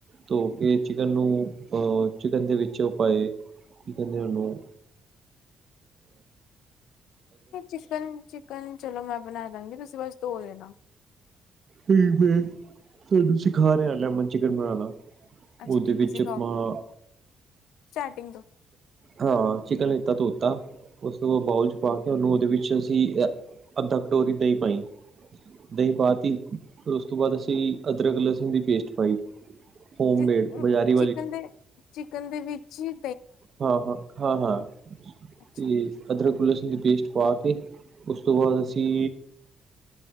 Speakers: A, on the right; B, on the left.
A: ਧੋ ਕੇ ਚਿਕਨ ਨੂੰ ਅਹ ਚਿਕਨ ਦੇ ਵਿੱਚ ਪਾਏ ਕੀ ਕਹਿੰਦੇ ਓਹਨੂੰ
B: ਚਿਕਨ-ਚਿਕਨ ਚਲੋ ਮੈਂ ਬਣਾ ਦਵਾਂਗੇ, ਤੁਸੀਂ ਬਸ ਧੋ ਦੇਣਾ
A: ਹੂੰ-ਹੂੰ ਥੋਨੂੰ ਸਿਖਾ ਰਿਹਾ ਲੈਮਨ ਚਿਕਨ ਬਣਾਣਾ।
B: ਅੱਛਾ
A: ਉਹਦੇ
B: ਠੀਕ
A: ਵਿੱਚ
B: ਹੈ ਸਿਖਾਓ
A: ਆਪਾਂ
B: ਸਟਾਰਟਿੰਗ ਤੋਂ
A: ਹਾਂ ਚਿਕਨ ਅੱਧਾ ਧੋਤਾ ਉਸ ਤੋਂ ਬਾਉਲ 'ਚ ਪਾ ਕੇ ਉਹਨੂੰ ਉਹਦੇ ਵਿੱਚ ਅਸੀਂ ਅੱਧਾ ਕਟੋਰੀ ਦਹੀਂ ਪਾਈ ਦਹੀਂ ਪਾਤੀ ਫੇਰ ਉਸ ਉਸ ਤੋਂ ਬਾਅਦ ਅਸੀਂ ਅਦਰਕ ਲਸਣ ਦੀ ਪੇਸਟ ਪਾਈ ਹੋਮਮੇਡ
B: ਚੀ
A: ਬਜ਼ਾਰੀ
B: ਚਿਕਨ ਦੇ ਚਿਕਨ ਦੇ ਵਿੱਚ ਈ
A: ਹਾਂ-ਹਾਂ-ਹਾਂ-ਹਾਂ।
B: ਅੱਛਾ
A: ਤੇ ਅਦਰਕ ਲਸਣ ਦੀ ਪੇਸਟ ਪਾ ਕੇ ਉਸ ਤੋਂ ਬਾਅਦ ਅਸੀਂ